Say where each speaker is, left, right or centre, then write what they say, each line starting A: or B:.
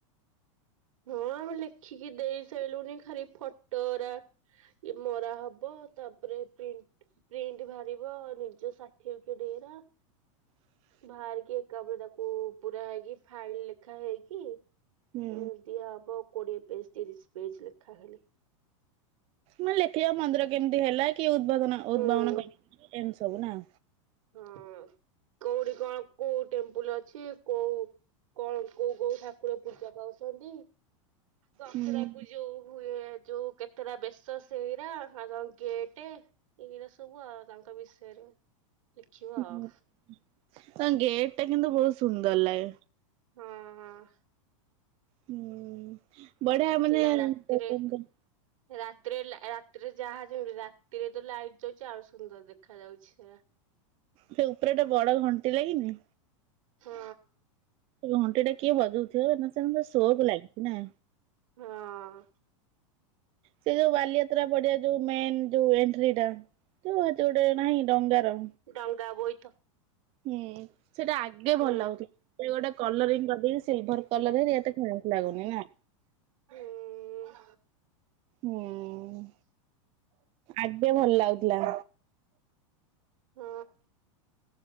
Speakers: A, on the right; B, on the right.
A: ହଁ ଆମେ ଲେଖିକି ଦେଇ ସାଇଲୁଣି ଖାଲି ଫଟରା ଇ ମରା ହବ ତାପରେ ପ୍ରିଣ୍ଟ ପ୍ରିଣ୍ଟ ବାହାରିବ ନିଜ ସାର୍ଟିଫିକେଟ ଇରା।
B: <inaudible>
A: ବାହାରିକି ଏକାବେଳେ ତାକୁ ପୁରା ହେଇକି ଫାଇଲ ଲେଖା ହେଇକି ଉଁ
B: ହୁଁ।
A: ଇଏ ହବ କୋଡିଏ ପେଜ୍ ତିରିଶ ପେଜ୍ ଲେଖା ହେଲେ।
B: ମାନେ ଲେଖିବ ମନ୍ଦିର କେମିତି ହେଲା କି ଉଦ୍ଭାବନ ଉଦ୍ଭାବନ
A: ହୁଁ।
B: କର ଏମିତି ସବୁ ନାଁ।
A: ହଁ କୋଉଠି କଣ କୋଉ ଟେମ୍ପଲ ଅଛି କୋଉ କଣ କୋଉ କୋଉ ଠାକୁର ପୂଜା ପାଉଚନ୍ତି ଦଶରାକୁ
B: ହୁଁ
A: ଯୋଉ ହୁଏ ଯୋଉ କେତେଟା ବେଶ ସେଇରା ଆଉ କଣ ଗେଟେ ଏଇରା ସବୁ ଆଉ ତାଙ୍କ ବିଷୟରେ ଲେଖିବ
B: ଉଁ
A: ଆଉ
B: ହୁଁତାଙ୍କ ଗେଟ୍ ଟା କିନ୍ତୁ ବୋହୁତ ସୁନ୍ଦର ଲାଗେ।
A: ହଁ ହଁ।
B: ହୁଁ ବଢିଆ ମାନେ
A: ଲା
B: <unintelligible>
A: ରାତିରେ
B: ହୁଁ
A: ରାତିରେ ଲା ରାତିରେ ଯାହା ଯେମିତି ରାତିରେ ତ ଲାଇଟ୍ ଦେଇଚି ଆଉ ସୁନ୍ଦର ଦେଖାଯାଉଛି ହେରା।
B: ସେ ଉପରେ ଗୋଟେ ବଡ ଘଣ୍ଟି ଲାଗିନି।
A: ହଁ।
B: ଘଣ୍ଟାଟା କିଏ ବଜୋଉଥିବ ନା ସେମିତିଆ ଶୋ କୁ ଲାଗିଚି ନା।
A: ହଁ।
B: ସେ ଯୋଉ ବାଲିଯାତ୍ରା ପଡିଆ ଯୋଉ ମେନ୍ ଯୋଉ ଏଣ୍ଟ୍ରିଟା। ତ ହେଟି ଗୋଟେ ନାହିଁ ଡଙ୍ଗାର
A: ଡଙ୍ଗ ବୋଇତ
B: ହୁଁ ସେଟା ଆଗେ
A: ହୁଁ
B: ଭଲ ଲାଗୁଥି ଖାଲି ଗୋଟେ କଲରିଂ କରିଦେଇବି ସିଲଭର୍ କଲରରେ ବି ଏତେ ଖାସ୍ ଲାଗୁନି ନା।
A: ହୁଁ
B: ହୁଁ ଆଗେ ଭଲ ଲାଗୁଥିଲା।
A: ହଁ।